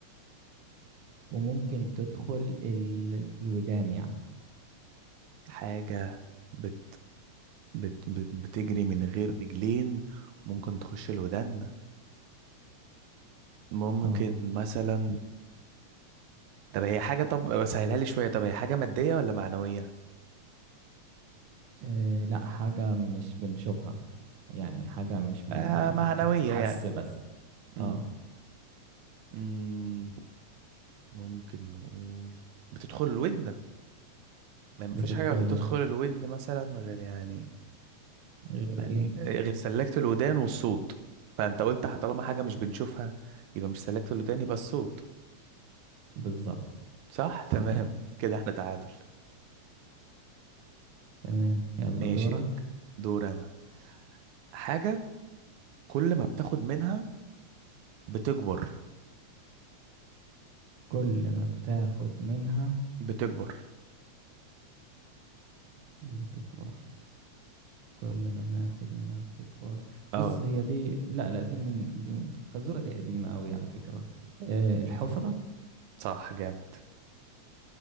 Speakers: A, on the right; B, on the right.
A: وممكن تدخل ال- الودان يعني
B: حاجة بت بت بت بتجري من غير رجلين ممكن تخش الودان ممكن
A: اه
B: مثلا طب هي حاجة طب سهلها لي شوية طب هي حاجة مادية ولا معنوية؟
A: آه، لا حاجة مش بنشوفها يعني حاجة مش ما
B: آه
A: يعني
B: معنوية
A: بتتحس
B: يعني
A: بس
B: مم.
A: اه
B: مم. ممكن نقول بتدخل الودن ما ما
A: بتدخل
B: فيش حاجة تدخل
A: الودان
B: الودن مثلا غير يعني
A: غير
B: يعني
A: ايه
B: غير سلكت الودان والصوت فانت قلت طالما حاجه مش بنشوفها يبقى مش سلكت الودان يبقى الصوت
A: بالظبط
B: صح
A: صحيح
B: <laughs> تمام كده احنا تعادل
A: تمام يلا
B: ماشي
A: دورك
B: دور انا حاجه كل ما بتاخد منها بتكبر
A: كل ما بتاخد منها
B: بتكبر
A: بتكبر كل ما بناخد منها بتكبر
B: اه
A: بص هي دي لا لا دي من دي من- الخازوره دي قديمه قوي على فكره آه الحفره
B: صح جامد